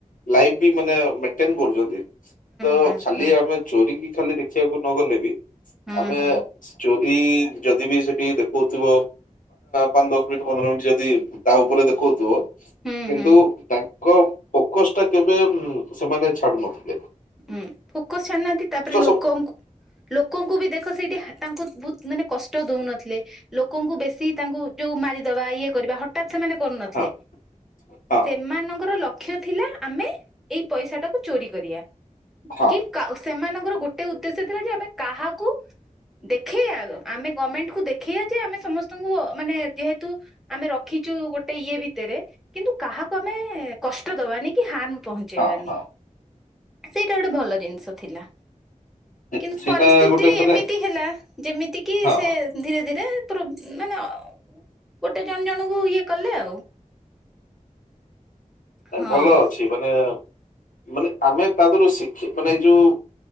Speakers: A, on the left; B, in the centre.
A: ଲାଇଫ ବି ମାନେ ମେଣ୍ଟେନ୍ କରୁଛନ୍ତି। ତ
B: ହୁଁ
A: ଖାଲି
B: ହୁଁ
A: ଆମେ ଚୋରି କି ଖାଲି ଦେଖିବାକୁ ନ ଗଲେ ବି
B: ହୁଁ ହୁଁ
A: ଆମେ
B: ହୁଁ
A: ଚୋରି ଏଇ ଯଦି ବି ସେଠି ଦେଖଉଥିବ ପାଞ୍ଚ ଦଶ ମିନିଟ ପନ୍ଦର ମିନିଟ୍ ଯଦି ତା ପୁରା ଦେଖଉଥିବ
B: ହୁଁ
A: କିନ୍ତୁ
B: ହୁଁ
A: ତାଙ୍କ ଫୋକସ ଟା କେବେ ସେମାନେ ଛାଡୁ ନଥିଲେ।
B: ହଁ ଫୋକସ ଛାଡୁନାହାନ୍ତି ତାପରେ ଲୋକଙ୍କୁ
A: ସବୁ
B: ଲୋକଙ୍କୁ ବି ଦେଖ ସେଇଠି ତାଙ୍କୁ ବହୁତ ମାନେ କଷ୍ଟ ଦଉନଥିଲେ ଲୋକଙ୍କୁ ବେଶୀ ତାଙ୍କୁ ଯୋଉ ମାରିଦବା ଇଏ କରିବା ହଠାତ୍। ସେମାନେ କରୁନଥିଲେ।
A: ହଁ ହଁ
B: ସେମାନଙ୍କ ଲକ୍ଷ୍ୟ ଲକ୍ଷ ଥିଲା ଆମେ ଏଇ ପଇସା ଟାକୁ ଚୋରି କରିବା
A: ହଁ
B: କି ସେମାନଙ୍କର ଗୋଟେ ଉଦ୍ଦେଶ୍ୟ ଥିଲା ଯେ ଆମେ କାହାକୁ ଦେଖେଇବା ଆମେ ଗମେଣ୍ଟ କୁ ଦେଖେଇବା ଯେ ଆମେ ସମସ୍ତଙ୍କୁ ମାନେ ଯେହେତୁ ଆମେ ରଖ କିୁ ଗୋଟେ ଇଏ ଭିତରେ କିନ୍ତୁ କାହାକୁ ଆମେ କଷ୍ଟ ଦବାନି କି ପହଞ୍ଚେଇବାନି
A: ହଁ ହଁ
B: ସେଇଟା ଗୋଟେ ଭଲ ଜିନିଷ ଥିଲା।
A: ସେ-
B: କିନ୍ତୁ
A: ସେଇଟା
B: ପରିସ୍ଥିତି
A: ଗୋଟେ ମାନେ
B: ଏମିତି ହେଲା ଯେମିତି କିି
A: ହଁ
B: ସେ ଧୀରେ <unintelligible> ଗୋଟେ ଜଣେ ଜଣଙ୍କୁ ଇଏ କଲେ ଆଉ। ହଁ
A: ଭଲ ଅଛି ମାନେ ମାନେ ଆମେ ତା ଦେହରୁ ଶିଖି ମାନେ ଏଇ ଯୋଉ